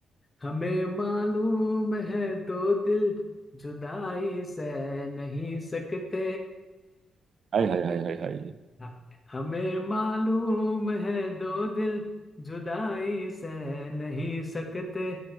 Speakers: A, on the left; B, on the right.
A: हमें मालूम है दो दिल जुदाई सह नहीं सकते
B: हाय हाय हाय हाय हाय
A: हाँ, हमें मालूम है दो दिल जुदाई सह नहीं सकते